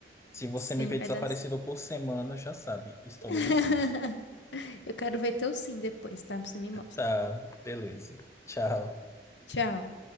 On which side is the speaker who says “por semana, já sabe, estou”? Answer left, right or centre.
Left